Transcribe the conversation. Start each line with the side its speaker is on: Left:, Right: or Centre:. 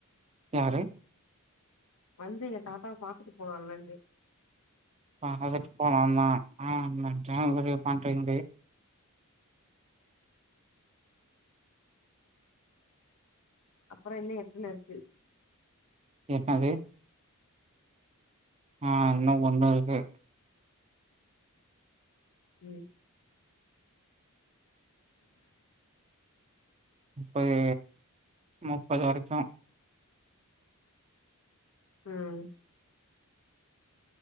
Right: யாரு
Left: வந்து எங்க தாத்தாவா பாத்துட்டு போலால்ல ன்னே
Right: அ அதுக்கு போலமா அ ஜான் வரே பண்றேன்து
Left: அப்புறோ இன்னு எத்தன இருக்கு
Right: என்னது ஆ இன்னு ஒன்னு இருக்கு
Left: ம்
Right: முப்பது முப்பது வரைக்கு
Left: ம்